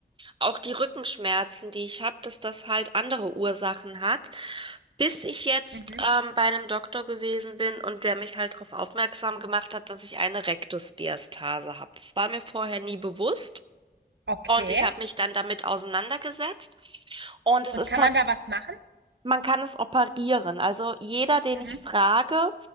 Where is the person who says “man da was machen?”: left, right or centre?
Right